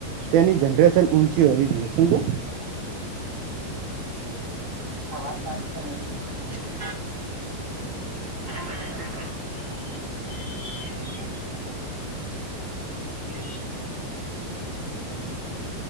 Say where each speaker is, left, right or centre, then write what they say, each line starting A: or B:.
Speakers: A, on the right; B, on the right.
A: તેની જનરેશન ઊંચી હોવી, જોઈએ શું છે
B: હા, વાત સાધી તમારી કોઈ ચિંતા નથી કારણ કે